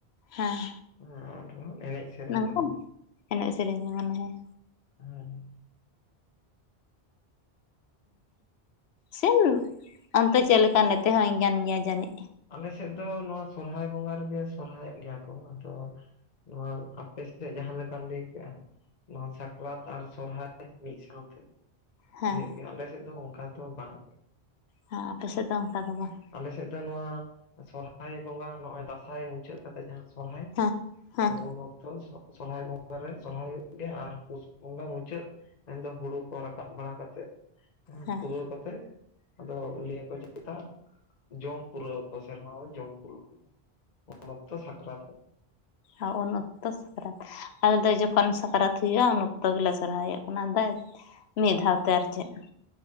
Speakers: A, on the left (about 75°); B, on the left (about 40°).
A: ᱦᱮᱸ
B: ᱦᱮ ᱟᱨ ᱮᱱᱮᱡ ᱥᱮᱨᱮᱧ
A: ᱱᱚᱝᱠ
B: ᱡᱚᱝᱟ
A: ᱜᱮ ᱮᱱᱮᱡ ᱥᱮᱨᱮᱧ ᱡ ᱢᱚᱱᱮ ᱦᱮᱸ
B: ᱦᱮᱸ
A: ᱥᱮᱢ ᱚᱱᱛᱮ ᱪᱮᱫ ᱞᱮᱠᱟ ᱱᱛᱮᱮ ᱦᱚᱧ ᱠᱟᱱ ᱜᱮᱭᱟ ᱡᱟᱹᱱᱤᱡ
B: ᱟᱞᱮ ᱥᱮᱫ ᱫᱚ ᱱᱚᱣᱟ ᱥᱚᱨᱦᱟᱭ ᱵᱚᱸᱜᱟ ᱨᱮᱜᱮ ᱥᱚᱨᱦᱟᱭᱚᱜ ᱜᱮᱭᱟ ᱠᱚ ᱟᱫᱚ ᱱᱚᱣᱟ ᱟᱯᱮ ᱥᱮᱫ ᱡᱟᱦᱟᱸ ᱞᱮᱠᱟᱢ ᱞᱟᱹᱭ ᱠᱮᱜᱼᱟ ᱱᱚᱣᱟ ᱥᱟᱠᱨᱟᱛ ᱟᱨ ᱥᱚᱨᱦᱟᱭ ᱢᱤᱫ ᱥᱟᱶᱛᱮ
A: ᱦᱮᱸ
B: ᱦᱩᱭᱩᱜ ᱜᱮᱭᱟ ᱟᱞᱮ ᱥᱮᱫ ᱫᱚ ᱚᱚᱱᱠᱟ ᱫᱚ ᱵᱟᱝ
A: ᱦᱮᱸ ᱟᱯᱮᱮᱥᱮᱫ ᱫᱚ ᱚᱱᱠᱟ ᱫᱚ ᱵᱟᱝ
B: ᱟᱞᱮᱥᱮᱫ ᱫᱚ ᱱᱚᱣᱟ ᱥᱚᱨᱚᱦᱦᱟᱭ ᱵᱚᱸᱜᱟ ᱱᱚᱜᱚᱭ ᱫᱟᱸᱟᱭ ᱢᱩᱪᱟᱹᱫ ᱠᱟᱛᱮ ᱡᱟᱦᱟᱸ ᱥᱚᱨᱦᱟᱭ
A: ᱦᱮᱸ ᱦᱮᱸ
B: ᱟᱫᱚ ᱩᱱ ᱚᱠᱛᱚ ᱥᱚᱨᱦᱟᱭ ᱵᱚᱸᱜᱟ ᱨᱮ ᱥᱚᱨᱦᱟᱭ ᱦᱩᱭᱩᱜ ᱜᱮᱭᱟ ᱟᱨ ᱯᱩᱥ ᱵᱚᱸᱜᱟ ᱢᱩᱪᱟᱹᱫ ᱢᱮᱱᱫᱚ ᱦᱩᱲᱩ ᱠᱚ ᱨᱟᱠᱟᱵ ᱵᱟᱲᱟ ᱠᱟᱛᱮᱫ
A: ᱦᱮᱸ
B: ᱯᱩᱨᱟᱹᱣ ᱠᱟᱛᱮᱮᱫ ᱟᱫᱚ ᱞᱟᱹᱭᱟᱠᱚ ᱪᱮᱛ ᱡᱚᱢ ᱯᱩᱨᱟᱹᱣ ᱟ ᱥᱮᱨᱢᱟ ᱵᱚᱱ ᱡᱚᱢ ᱠᱩᱞ ᱠᱮᱫᱟ ᱩᱱ ᱚᱠᱛᱚ ᱥᱟᱠᱨᱟᱛᱚᱜ
A: ᱟᱨ ᱩᱱ ᱚᱠᱛᱚ ᱥᱟᱠᱨᱟᱛ ᱟᱞᱮ ᱫᱚ ᱡᱚᱠᱷᱚᱱ ᱥᱟᱠᱨᱟᱛ ᱦᱩᱭᱩᱜᱼᱟ ᱩᱱ ᱚᱠᱛᱚ ᱜᱮᱞᱮ ᱥᱚᱨᱦᱟᱭᱚᱜ ᱠᱟᱱᱟ ᱫ ᱢᱤᱫ ᱫᱷᱟᱣᱛᱮ ᱟᱨ ᱪᱮᱫ